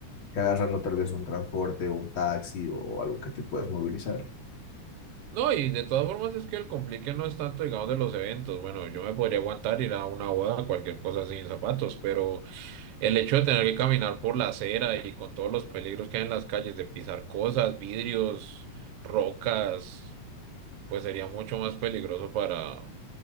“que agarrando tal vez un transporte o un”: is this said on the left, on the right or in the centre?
Left